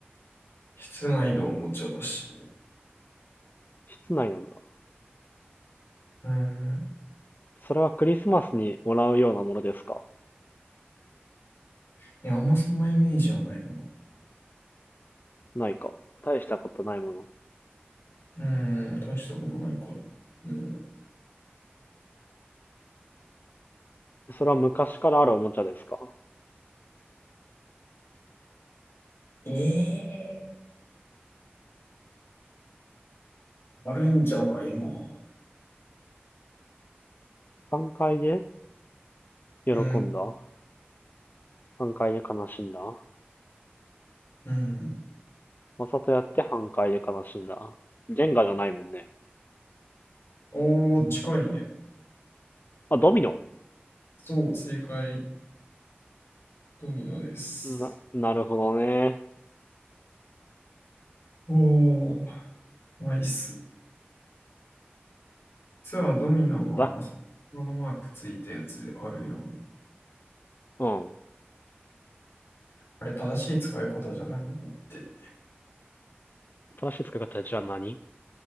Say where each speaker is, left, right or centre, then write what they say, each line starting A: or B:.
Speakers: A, on the left (about 85°); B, on the left (about 50°).
A: 室内のおもちゃだし。
B: 室内なんだ。
A: うん。
B: それはクリスマスにもらうようなものですか
A: いや、あんまそんなイメージはないな。
B: ないか。大したことないもの。
A: うん、大したことないからうん。
B: それは昔からあるおもちゃですか
A: ええーあるんじゃないまあ。
B: 半壊で喜んだ
A: うん。
B: 半壊で悲しんだわ
A: うん。
B: ざとやって半壊で悲しんだジェンガじゃないもんね。
A: おー、近いね。
B: あ、ドミノ
A: そう、正解。ドミノです。
B: な、なるほどね。
A: おー、ナイス。実はドミノのあの、
B: だ、
A: このマークついたやつあるやん。
B: うん。
A: あれ、正しい使い方じゃないんだって。い
B: 正しい使い方じゃあ何